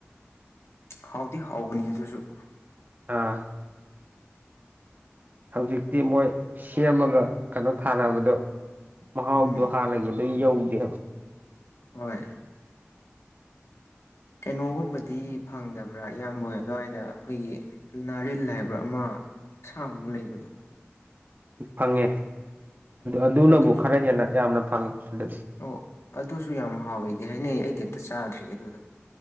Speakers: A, on the left (about 80°); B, on the right (about 40°).
A: ꯍꯥꯎꯗꯤ ꯍꯥꯎꯕꯅꯤ ꯑꯗꯨꯁꯨ
B: ꯑꯥ ꯍꯧꯖꯤꯛꯇꯤ ꯃꯣꯏ ꯁꯦꯝꯃꯒ ꯀꯩꯅꯣ ꯊꯥꯅꯕꯗꯣ ꯃꯍꯥꯎꯗꯣ
A: ꯎꯝ
B: ꯍꯥꯟꯅꯒꯤꯗꯩ ꯑꯗꯨ ꯌꯧꯗꯦꯕ
A: ꯍꯣꯏ ꯀꯩꯅꯣꯒꯨꯝꯕꯗꯤ ꯐꯪꯗꯕ꯭ꯔꯥ ꯏꯌꯥꯝꯕ ꯍꯣꯏ ꯑꯗꯨꯋꯥꯏꯗ ꯑꯩꯈꯣꯏꯒꯤ ꯅꯥꯔꯜ ꯍꯥꯏꯕ꯭ꯔꯥ ꯑꯃ ꯑꯁꯥꯡꯕ ꯑꯃ ꯂꯩꯕꯗꯣ
B: ꯐꯪꯉꯦ ꯑꯗꯨꯅꯕꯨ
A: ꯑꯗꯨ
B: ꯈꯔ ꯍꯦꯟꯅ ꯌꯥꯝꯅ ꯐꯪꯉꯦ ꯁꯤꯗꯗꯤ
A: ꯑꯣ ꯑꯗꯨꯁꯨ ꯌꯥꯝ ꯍꯥꯎꯋꯦꯗꯤ ꯍꯥꯏꯅꯩ ꯑꯩꯗꯤ ꯑꯝꯇ ꯆꯥꯗ꯭ꯔꯤ ꯑꯗꯨꯗꯣ